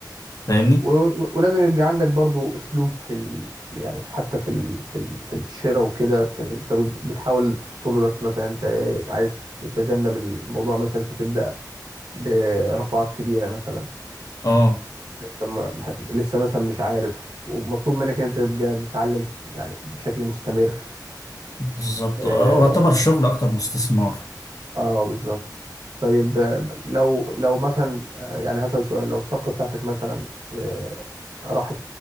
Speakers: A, on the left; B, on the right.
A: فاهمني
B: و- و- ولازم يبقى عندك برضو اسلوب في ال... يعني حتى في ال... في ال... في الشراء وكده في... انت بت- بتحاول في طول الوقت مثلا انت عايز تتجنب الموضوع مثلا انت تبدا برفعات كبيره مثلا
A: اه
B: انت ما- لسه مثلا مش عارف ومطلوب منك ان انت تبقى بتتعلم يعني بشكل مستمر
A: بالظبط
B: اه,
A: اه هو يعتبر الشغل اكتر من استثمار
B: آه بالظبط طيب آه، لو لو مثلا آه، يعني هسأل سؤال لو الصفقه بتاعتك مثلا آه، راحت